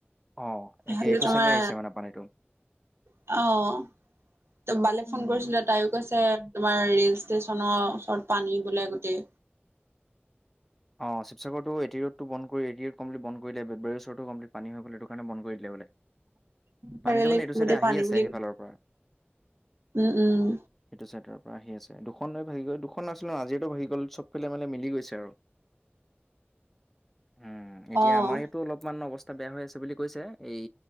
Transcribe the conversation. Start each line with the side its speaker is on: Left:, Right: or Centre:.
Centre: অ এতিয়া
Right: হ'লে
Centre: এইটো
Right: তোমাৰ
Centre: চাইডে আহিছে মানে পানীটো।
Right: অ, বালে
Centre: উম।
Right: ফোন কৰিছিলে তাইও কৈছে তোমাৰ ৰেল ষ্টেচনৰ ওচৰত পানী বোলে গোটেই।
Centre: অ' শিৱসাগৰটো এ টি ৰোডটো বন্ধ কৰি, এ টি ৰোড কমলি বন্ধ কৰি দিয়ে <unintelligible> তো কম্প্লেত পানী হৈ গ'ল, সেইটো কাৰনে বন্ধ কৰি দিলে বোলে।
Right: চাৰিআলিত
Centre: পানীটো মানে এইটো চাইডে
Right: গোটেই
Centre: আহি
Right: পানী
Centre: আছে
Right: বুলি
Centre: সেইফালৰ পৰা।
Right: উম, উম।
Centre: সেইটো চাইডৰ পৰা আহি আছে। দুখন নৈ ভাগি গ'ল, দুখন নছিল আজিৰটো ভাগি গ'ল, চবফালে মানে মিলি গৈছে আৰু। উম, এতিয়া
Right: অ',
Centre: আমাৰ ইয়াতো অলপমান অৱস্থা বেয়া হৈ আছে বুলি কৈছে। এই